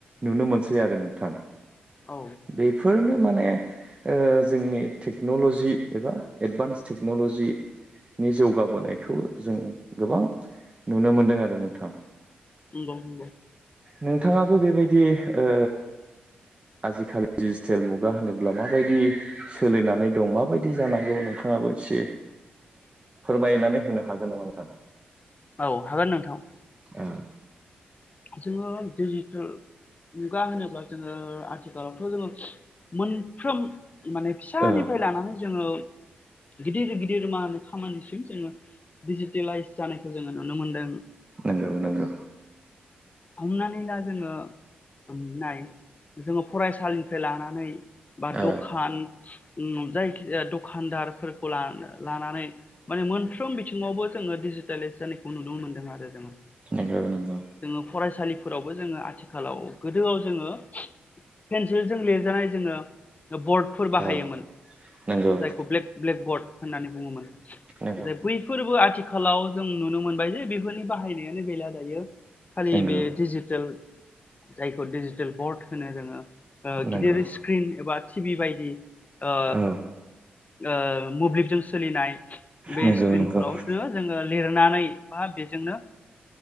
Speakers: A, on the right; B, on the left.
A: नुनो मोनसै आरो नोंथां।।
B: औ
A: बेफोरनो माने माने ओ जोंनि टेक्न'ल'जि एबा एडभान्स टेक्न'ल'जि नि जौगाबोनायखौ जों गोबां नुनो मोनदों आरो नोंथां।
B: नंगौ नंगौ
A: नोंथाङाबो बेबायदि ओ आजिखालि डिजिटेल मुगा होनोब्ला माबायदि सोलिनानै दं माबायदि जानांगौ नोंथाङाबो एसे फोरमायनानै होनो हागोन नामा नोंथां?
B: औ हागोन नोंथां।
A: औ
B: जोङो डिजिटेल मुगा होनोब्ला जोङो आथिखालावथ' जोङो मोनफ्रोम माने फिसानिफ्राय
A: औ
B: लानानै जोङो गिदिर गिदिर मा होनो खामानिसिम जोङो दिडिजिटेलाइज जानायखौ जोङो नुनो मोनदों
A: नंगौ नंगौ
B: हमनानै ला जोङो मोननाय जोङो फरायसालिनिफ्राय लानानै बा
A: औ
B: दखान जायखिजाया दखानदारफोरखौ लानानै माने मोनफ्रोम बिथिङावबो जोङो डिजिटालइस जानायखौ नुनो मोनदों आरो जोङो
A: नंगौ नंगौ
B: जोङो फरायसालिफोरावबो जोङो आथिखालाव गोदोआव जोङो पेन्सिलजों लिरजानाय जोङो बर्डफोर बाहायोमोन
A: औ नंगौ
B: जायखौ ब्लेक ब्लेकर्ब्ड होननानै बुङोमोन
A: नंगौ
B: नाथाय बैफोरबो आथि खालाव जों नुनो मोनबाय जे बेफोरनि बाहायनायानो गैला दायो खालि
A: नंगौ
B: बे डिजिटेल जायखौ डिजिटेल बर्ड होनो जोङो
A: नंगौ
B: गिदिर स्क्रिन एबा टि भि बायदि ओ
A: औ
B: ओ मोब्लिबजों सोलिनाय बे
A: नंगौ
B: स्क्रिनफोरावनो
A: नंगौ
B: जोङो लिरनानै बा बेजोंनो